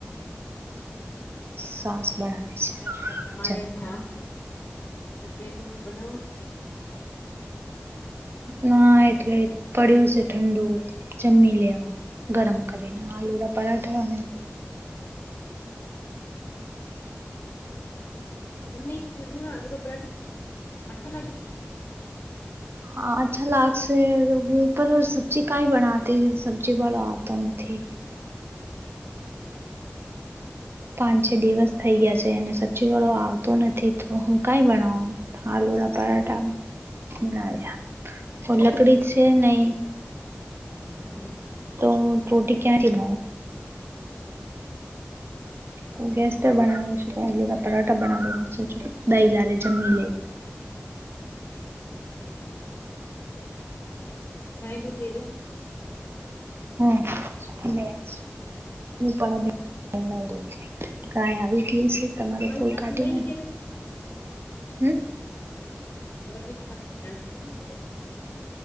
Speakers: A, on the right (about 60°); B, on the left (about 55°).
A: સાસ બનાવે
B: તમા તમારે
A: છે
B: છાસ હજબેન નું બનાવું છે
A: ના એટલે પડ્યો છે ઠંડુ જમી લેવા ગરમ કરીને આલુ રાખ પરાઠા
B: તમને એથી ગરમીમાં આલુનો પરાઠ અચ્છા લાગી
A: હા અચ્છા લાગશે હું પર સબ્જીી કઈ બનાતી સબ્જી વાળો આતો નથી <inaudible> પાંચ છ દિવસ થઇ ગયા છે સબ્જી વાળો આવતો નથી તો હું કઈ બનાવું આલુ રા પરાઠા તે બનાવ્યા ઑર લકડી છે નહી
B: હમ
A: તો રોટી ક્યાંથી બનાવ તું ગેસ્ટ બનાવીઈ છુ ત આલુ ના પરાઠા બના દ દહી લ દે જમી લઈ <unintelligible>
B: હમ હાય દૂધ દેવે
A: હમ એ હું પણ ન <inaudible> દઉ છ કઈ આવી કે છે તમારો
B: તમારી
A: કોલ
B: નણંદ
A: કાઢીને
B: કઈ ની
A: હમ
B: વરજીને તમારી દણન કઈને કેવા છે